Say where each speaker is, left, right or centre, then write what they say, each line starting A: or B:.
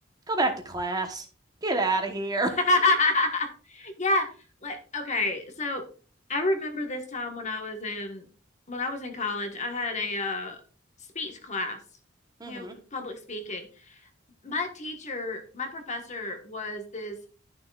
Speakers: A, on the right; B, on the left.
A: Go back to class. Get out of here.
B: <laughs> yeah, like okay, so I remember this time when I was in when I was in college, I had a uh, speech class,
A: <laughs>
B: you
A: hmm
B: know, public speaking. My teacher, my professor was this